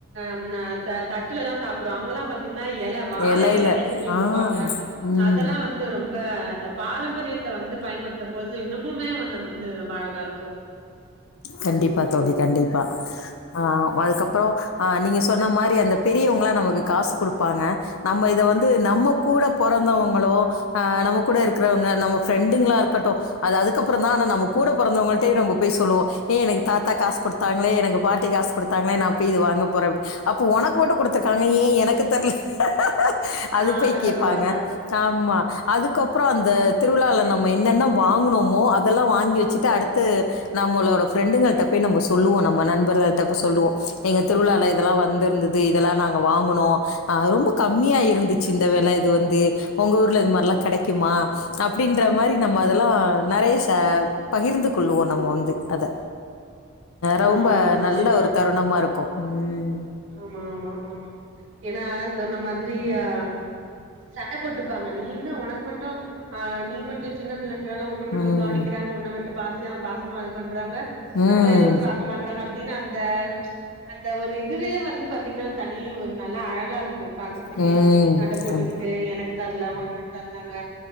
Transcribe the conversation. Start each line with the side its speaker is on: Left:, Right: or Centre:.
Right: ம் ஆ தட்டுலதா <unintelligible> சாப்டோ அங்கலா பாத்தீங்னா எல வாழை
Left: எலையில
Right: எலைல செஞ்சு குடுப்பாங்க
Left: ஆ ம்
Right: அதெல்லா வந்து ரொம்ப அந்த பாரம்பரியத் த வந்து பயன்படுத்த போது இன்னமுமே வந்து <unintelligible> எல்லாருக்கு
Left: கண்டிப்பா தோழி கண்டிப்பா ஆ அதுக்கப்ற ஆ நீங்க சொன்ன மாரி அந்த பெரியவங்லா நமக்கு காசு குடு பாங்க நம்ம இத வந்து நம்ம கூட பொறந்தவங்ளோ ஆ நம்ம கூட இருக்றவங்க நம்ம ஃபிரெண்டுங்ளா இருக்கட்டு ஆ அதுக்கப்ற தா ஆனா நம்ம கூட பொறந்தவங்க கி டே நம்ப போய் சொல்லுவோ ஏ எனக்கு தாத்தா காசு கொடுத்தாங்களே எனக்கு பாட்டி காசு கொடுத்தாங்களே நா போய் இது வாங்க போற அப்போ உனக்கு மட்டு கொடுத்துருக்காங்க ஏ எனக்கு தரல ஆஹ அது
Right: ஆமா
Left: போய்
Right: சண்ட
Left: கேப்பாங்க
Right: போடுவாங்க
Left: ஆமா அதுக்கப்புறோ அந்த திருவிழாலனம் நம்ம என்னன்ன வாங்குனோம் மோ அதெல்லா வாங்கி வச்சுட்டு அடுத்து நம்மளோட பிரரெண்டுங்கள்டிட்டப்பேய் நம்ம சொல்லுவோ நம்ம நண்பர்கள் ட்ட போ சொல்லுவோ எங்க திருவிழாவில இதெல்லா வந்திருந்தது இதெல்லா நாங்க வாங்கினோ ரொம்ப கம்மியா இருந்துச்சு இந்த வெல இது வந்து உங்க ஊர்ல இது மாதிரிலா கெடைக்குமா அப்படின்ற மாரி நம்ம அதெல்லா நறைய சே பகிர்ந்து கொள்ளுவோ நம்ம வந்து அத ரொம்ப
Right: ஆமா நிச்சயமா
Left: நல்ல ஒரு தருணமா இருக்கு ம்
Right: ஆமா ஆமா ஆமா ஏன்னா சொன்ன மாதிரி ஆ சண்டை போட்டுப்பாங்க நீன்ன ஒனக்கு மட்டு ஆ நீ மட்டு சின்ன பிள்ளேன்றனால உன்ன மட்டு
Left: ம்.
Right: கவனிக்கிறாங்க உன்ன மட்டு பாசோ <unintelligible> பாசமா இது பண்றாங்க
Left: ம்.
Right: நம்மள எதுவு பாக்க மாட்டறாங்க அப்பிடின்னு அந்த அந்த ஒரு யே வந்து பாத்தீங்கன்னா தனி ஒரு நல்ல அழகா இருக்கும் பாக்கத்துக்கே
Left: ம்
Right: சண்ட போட்டுக்கிட்டு
Left: கண்
Right: எனக்கு தரல உனக்கு மட்டுந்தாங்க